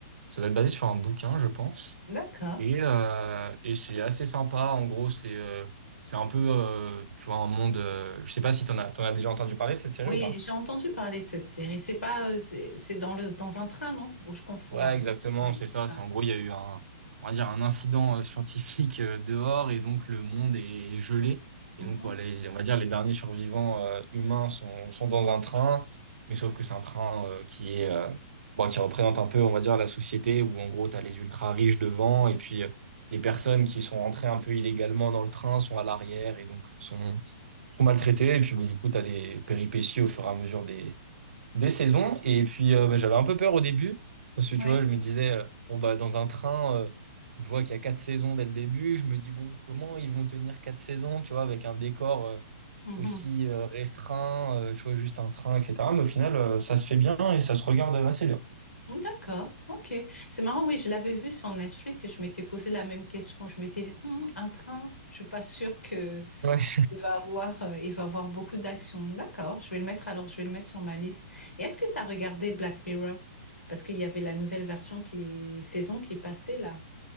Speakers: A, on the right; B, on the left.
A: ça doit être basé sur un bouquin, je pense.
B: D'accord.
A: Et, euh, et c'est assez sympa. En gros, c'est euh, c'est un peu, euh, tu vois, un monde. euh, je sais pas si t'en as, t'en as déjà entendu parler de cette série
B: Oui,
A: ou pas.
B: j'ai entendu parler de cette série. C'est pas, euh, c'est c'est dans le, dans un train, non? Ou je confonds
A: Ouais,
B: alors.
A: exactement,
B: Oui.
A: c'est ça.
B: Ah,
A: C'est en gros, il y a eu un, on va dire, un incident euh, scientifique euh, dehors et donc le monde est gelé.
B: Mhm.
A: Et donc, bah, les- on va dire, les derniers survivants euh, humains sont, sont dans un train, mais sauf que c'est un train euh, qui est, euh, bon, qui représente un peu, on va dire, la société où en gros, tu as les ultra riches devant et puis euh, les personnes qui sont rentrées un peu illégalement dans le train sont à l'arrière et donc sont, sont maltraitées. Et puis, bah, du coup, tu as des péripéties au fur et à mesure deux saisons. Et puis, euh, bah, j'avais un peu peur au début. Parce que,
B: Oui.
A: tu vois, je me disais, euh, bon, bah, dans un train, euh, je vois qu'il y a quatre saisons dès le début. Je me dis, bon, comment ils vont tenir quatre saisons, tu vois, avec un décor euh,
B: Mhm.
A: aussi euh, restreint, euh, tu vois, juste un train, etc. Mais au final, euh, ça se fait bien et ça se regarde assez bien.
B: D'accord, ok. C'est marrant, oui, je l'avais vu sur Netflix et je m'étais posé la même question. Je m'étais dit, Hum, un train, je suis pas sûre que...
A: Ouais,
B: Il va avoir, euh, il va avoir beaucoup d'actions. D'accord, je vais le mettre alors, je vais le mettre sur ma liste. Et est-ce que tu as regardé Black Mirror? Parce qu'il y avait la nouvelle version qui, saison qui passait là.